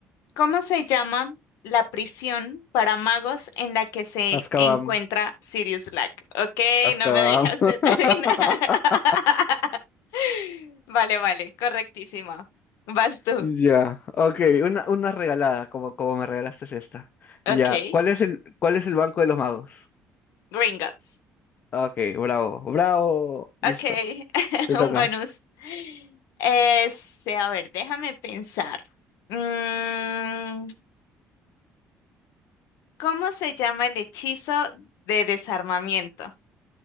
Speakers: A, on the left; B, on the left.
A: ¿cómo se llama la prisión para magos en la que se
B: Azkaban,
A: encuentra Sirius Black? Ok,
B: Azkaban.
A: no me dejas
B: <laughs>
A: de terminar. <laughs> <laughs> Vale, vale, correctísima. Vas tú.
B: Ya, ok, una, una regalada, como, como me regalaste esta.
A: Ok.
B: Ya, ¿cuál es el, cuál es el banco de los magos?
A: Gringotts.
B: Ok, bravo, bravo, listo,
A: Ok. <laughs>
B: te
A: Un
B: toca.
A: bonus. Este, a ver, déjame pensar. Mm, ¿cómo se llama el hechizo de desarmamiento?